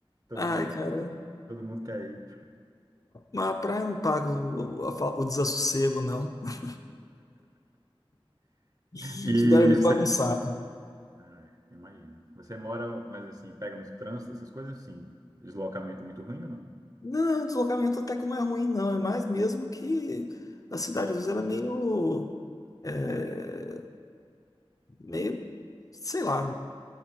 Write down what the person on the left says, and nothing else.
Ai,
cara,
a, a praia não paga o, o, a fa- o desassossego, não. <laughs> Esse
lugar é muito
bagunçado.
Não, o deslocamento até que não é ruim, não. É mais mesmo que a cidade, às vezes, ela é meio, é, meio, sei lá.